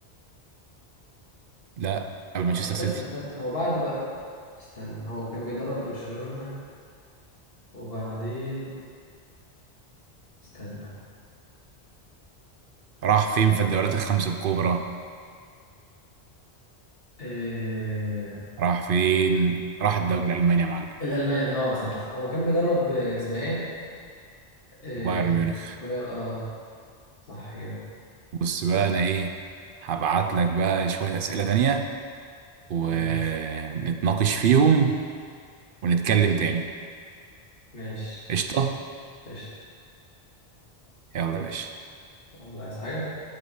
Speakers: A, on the right; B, on the left.
A: لا قبل
B: آه،
A: مانشستر
B: استنى
A: سيتي
B: استنى هو بعد بقى استنى هو كان بيدرب برشلونة وبعدين استنى
A: راح فين في الدوريات الخمسة الكبرى
B: إيه...
A: راح فين راح الدوري الألماني يا معلم
B: الألماني اه صح صح هو كان بيدرب آه، اسمها ايه؟ إيه...
A: بايرن ميونخ
B: باير اه صح كده
A: بص بقى أنا إيه هبعت لك بقى شوية أسئلة تانية ونتناقش
B: تمام
A: فيهم ونتكلم تاني
B: ماشي
A: قشطة
B: قشطة
A: يلا يا باشا
B: والله عايز حاجة